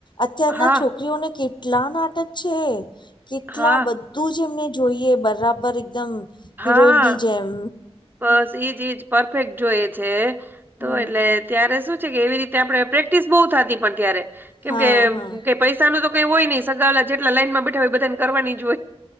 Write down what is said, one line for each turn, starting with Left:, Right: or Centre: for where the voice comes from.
Left: અત્યારના
Right: હા.
Left: છોકરીઓને કેટલા નાટક છે કેટલા
Right: હા
Left: બધ તું જેમને જોઈએ બરાબર એકદમ હિરોઈનની
Right: હા
Left: જેમ.
Right: બસ એજ એજ પરફેક્ટ જોઈએ છે તો
Left: હમ
Right: એટલે ત્યારે શું છે કે એવી રીત આપણે પ્રેક્ટિસ બો થતી પણ ત્યારે કેમ
Left: હા હા
Right: કે પૈસાનુ તો કઈ હોય નઈ સગાવલા જેટલા લાઈનમાં બેઠા હોય બધા ને કરવાની જ હોય.